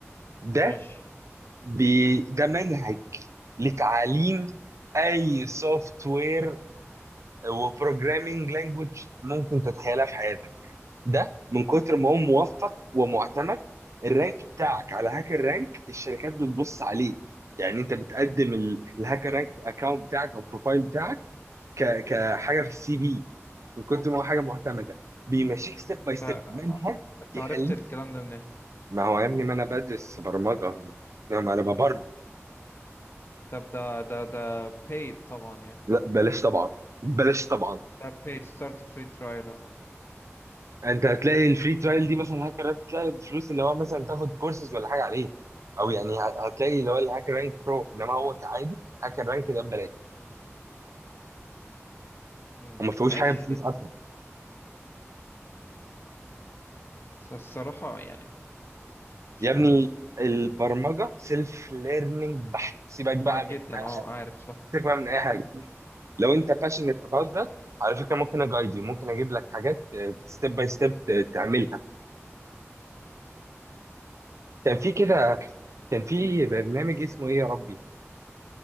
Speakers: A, on the right; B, on the left.
A: ده
B: ماشي
A: بي ده منهج لتعليم اي سوفت وير وبروجرامينج لانجوج ممكن تتخيلها في حياتك ده من كتر ما هو موفق ومعتمد الرانك بتاعك على هاكر رانك الشركات بتبص عليه يعني انت بتقدم ال- الهاكر رانك اكونت بتاعك او بروفايل بتاعك ك- كحاجه في السي في من كتر ما هو حاجه معتمده بيمشيك ستيب باي
B: انت
A: ستيب منهج
B: انت
A: يخليك
B: عرفت الكلام ده منين
A: ما هو يا ابني ما انا بدرس برمجه ما انا ببرمج
B: طب ده ده ده paid طبعا يعني
A: لا بلاش طبعا بلاش طبعا
B: لا paid start free trial اه.
A: انت هتلاقي الفري ترايل دي مثلا هاكر رانك تلاقي بفلوس اللي هو مثلا تاخد كورسز ولا حاجه عليه او يعني ه- هتلاقي اللي هو الهاكر رانك برو انما هو كعادي هاكر رانك ده ببلاش
B: مم،
A: وما فيهوش
B: ماشي
A: حاجه بفلوس
B: ليه
A: اصلا
B: بس الصراحة يعني مش
A: يا ابني
B: عارف
A: البرمجه سيلف ليرنينج بحت سيبك بقى
B: اه
A: من
B: جدا
A: اي
B: اه
A: حاجه
B: عارف صح
A: سيبك بقى من اي حاجه لو انت باشنت اباوت ده على فكره ممكن اجايد يو ممكن اجيب لك حاجات ستيب باي ستيب تعملها كان في كده كان في برنامج اسمه ايه يا ربي